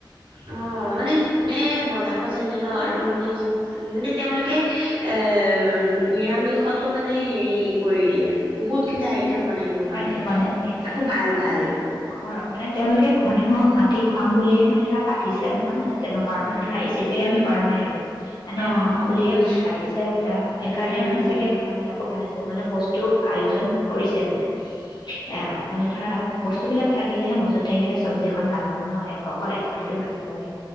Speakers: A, on the right; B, on the left.
A: অ মানে যোনে বনাব জনে ন আৰু
B: নহয়
A: মানে
B: অ
A: মানে তেওঁলোকে
B: কোৱা
A: এ <unintelligible> নিৰামিষতো মানে হেৰি কৰি দিয়ে বহুত কেইটা
B: উম
A: আইটম বনাই দিব
B: <unintelligible>
A: মানে
B: বনাই দিয়ে
A: তাকো ভাল
B: আৰু
A: ভাল
B: মানে ঘৰ মানে তেওঁলোকে মানুহক মাতি খুৱাম বুলিয়ে মানে ধৰা পাতিছে নহয় মানে তেনেকুৱা
A: উম
B: মানে
A: উম
B: ধৰা এইচিপি আমি
A: উম উম
B: কৰা
A: উম
B: নাই আৰু মানে
A: অ
B: মন
A: অ
B: খুলিয়ে
A: বুজিছো
B: মানে পাতিছে এ সেইকাৰণে
A: উম
B: মানে
A: উম উম উম
B: চাগে খানা বিলাকো ভাল হৈছে মানে বস্তু আয়োজন কৰিছে মানে অ মানে ধৰা বস্তু বিলাক থাকিলেহে মজুত থাকিলে চব্জি খন ভাল হব ন এক অকল এখনেতো ভাল নালাগে